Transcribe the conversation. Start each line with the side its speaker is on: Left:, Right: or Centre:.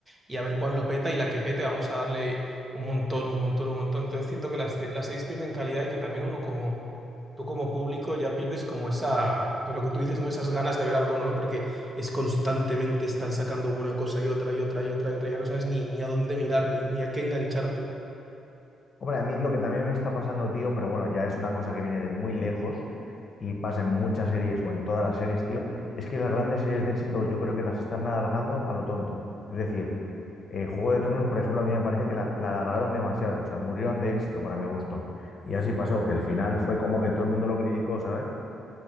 Right: y a ver cuál lo peta y la que pete vamos a darle un montón, un montón, un montón. Entonces siento que las, ce- las series pierden calidad y que también uno como tú como público ya pierdes como esa, pues lo que tú dices, ¿no? Esas ganas de ver algo nuevo porque es constantemente están sacando una cosa y otra y otra y otra y otra, ya no sabes ni, ni a dónde mirar ni, ni a qué engancharte.
Left: Hombre, a mí lo que también me está pasando, tío, pero bueno, ya es una cosa que viene de muy lejos y pasa en muchas series o en todas las series, tío, es que las grandes series de éxito yo creo que las están alargando a lo tonto. Es decir, eh, Juego de Tronos, por ejemplo, a mí me parece que la, la alargaron demasiado, o sea, murieron de éxito para mi gusto. Y así pasó, que el final fue como que todo el mundo lo criticó, ¿sabes?